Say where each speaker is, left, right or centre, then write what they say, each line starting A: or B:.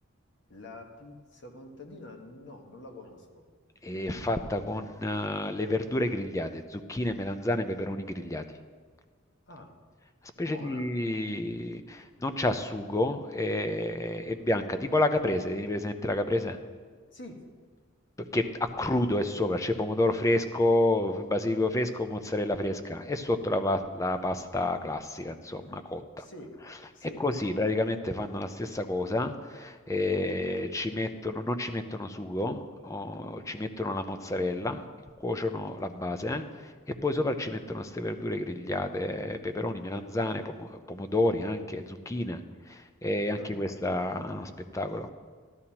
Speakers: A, on the left; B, on the left.
A: La pizza contadina no, non la conosco.
B: È fatta con eh, le verdure grigliate, zucchine, melanzane, peperoni grigliati. Una
A: Ah,
B: specie
A: buona.
B: di... non c'ha sugo, è, è bianca, tipo la caprese, tieni presente la caprese?
A: Sì,
B: Che a crudo è sopra, c'è pomodoro fresco, basilico fresco, mozzarella fresca e sotto la, pa- la pasta classica, insomma, cotta.
A: Sì, sì,
B: E così
A: sì.
B: praticamente fanno la stessa cosa, eh, ci mettono- non ci mettono sugo, o ci mettono la mozzarella, cuociono la base eh, e poi sopra ci mettono queste verdure grigliate, peperoni, melanzane, pomo- pomodori, anche zucchine, e anche
A: Ah,
B: questa è uno spettacolo.